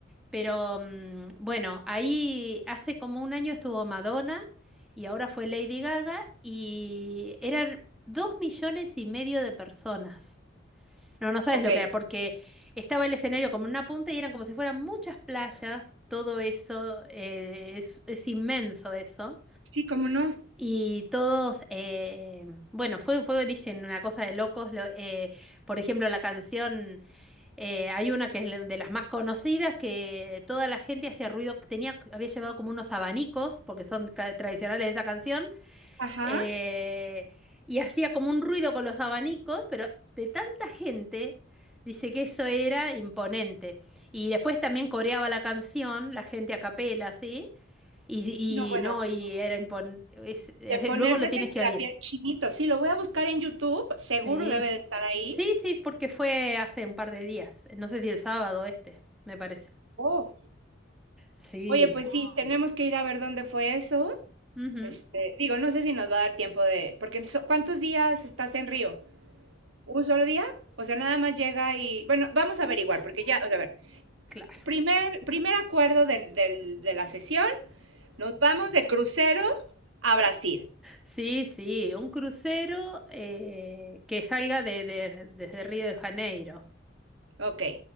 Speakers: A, in the centre; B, on the right.
A: pero mm, bueno, ahí hace como un año estuvo Madonna y ahora fue Lady Gaga y eran dos millones y medio de personas. No, no sabes
B: ok.
A: lo que era, porque estaba el escenario como en una punta y eran como si fueran muchas playas, todo eso, eh, es es inmenso eso.
B: Sí, cómo no.
A: Y todos, eh, bueno, fue, fue, dicen, una cosa de locos. lo- eh, por ejemplo, la canción, eh, hay una que es la- de las más conocidas, que toda la gente hacía ruido, tenía, había llevado como unos abanicos, porque son ca- tradicionales de esa canción,
B: Ajá.
A: eh, y hacía como un ruido con los abanicos, pero de tanta gente, dice que eso era imponente. Y después también coreaba la canción, la gente a capela, ¿sí? Y,
B: No, bueno,
A: y no, y era impon- es- es-
B: de ponérsete
A: luego lo tienes que
B: la
A: oír.
B: piel chinito. Sí, lo voy a buscar en YouTube, seguro
A: Sí.
B: debe de estar ahí.
A: Sí, sí, porque fue hace un par de días. No sé si el sábado este, me parece.
B: Oh.
A: Sí.
B: Oye, pues sí, tenemos que ir a ver dónde fue eso.
A: Ujú.
B: Este, digo, no sé si nos va a dar tiempo de, porque so- ¿cuántos días estás en Río? ¿Un solo día? O sea, nada más llega y, bueno, vamos a averiguar,
A: Ndra-
B: porque ya, o sea, a ver,
A: Claro.
B: primer, primer acuerdo del- del- de la sesión, nos vamos de crucero a Brasil.
A: Sí, sí, un crucero eh, que salga de, de- desde Río de Janeiro.
B: Ok.